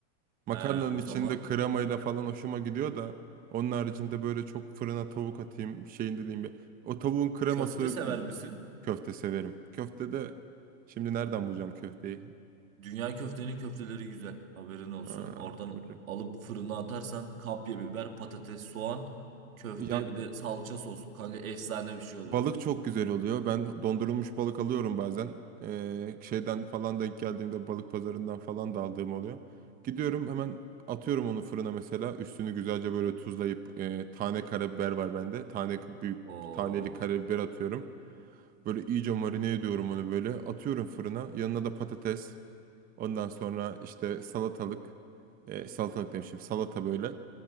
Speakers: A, on the right (about 20°); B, on the right (about 80°).
A: Makarnanın
B: He o
A: içinde
B: zaman
A: kremayla falan hoşuma gidiyor da onun haricinde böyle çok fırına tavuk atayım şeyin dediğim bir. O tavuğun kreması
B: köfte sever
A: bir
B: misin?
A: köfte severim. Köfte de şimdi nereden bulacağım köfteyi?
B: Dünya köftenin köfteleri güzel. Haberin olsun.
A: Aa,
B: Oradan
A: orada-
B: alıp fırına atarsan kapya biber, patates, soğan, köfte
A: ya
B: bir de salça sos. Kanka efsane bir şey oluyor.
A: Balık çok güzel oluyor. Ben dondurulmuş balık alıyorum bazen. Ee, şeyden falan denk geldiğimde balık pazarından falan da aldığım oluyor. Gidiyorum hemen atıyorum onu fırına mesela. Üstünü güzelce böyle tuzlayıp e, tane karabiber var bende. Tane büyük
B: Oo.
A: taneli karabiber atıyorum. Böyle iyice marine ediyorum onu böyle. Atıyorum fırına. Yanına da patates. Ondan sonra işte salatalık. E, salatalık demişim. Salata böyle.